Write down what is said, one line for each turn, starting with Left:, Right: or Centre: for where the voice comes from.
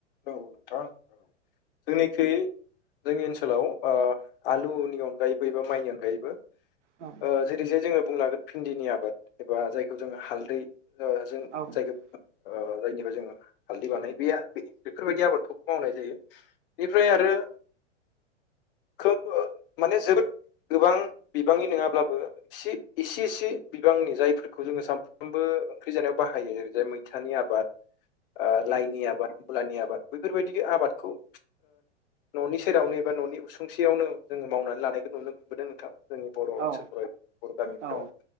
Left: औ नोंथां औ जोंनिख जोंनि ओनसोलाव आलुनि अनगायैबो एबा माइनि अनगायैबो
Right: औ
Left: ओ जेरै जाय जोङो बुंनो हागोन भिन्दिनि आबाद एबा जायखौ जोङो हालदै जों
Right: औ
Left: जायखौ जायनिफ्राय जोङो हाल्दै बानाय बे बेफोरबायदि आबादखौबो मावनाय जायो बेनिफ्राय आरो खोब माने जोबोद गोबां बिबांनि नङाब्लाबो एसे एसे बिबांनि जायफोर खौ जोङो सानफ्रामबो ओंख्रि जानायाव बाहायो ओरै जाय मैथानि आबाद लाइनि आबाद मुलानि आबाद बेफोरबायदि आबादखौ न'नि सेरावनो एबा न'नि उसुंसेयावनो जोङो मावनानै लानायखौ नुनो मोनबोदों नोंथां जोंनि बर' ओनसोलफोराव
Right: औ
Left: बर' गामिफोराव
Right: औ